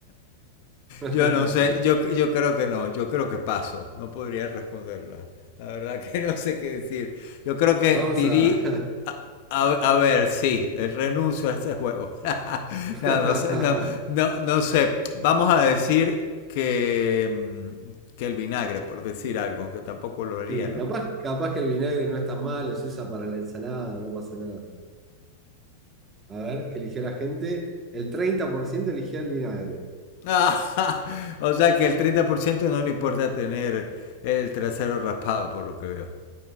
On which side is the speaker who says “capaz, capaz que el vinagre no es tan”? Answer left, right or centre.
Right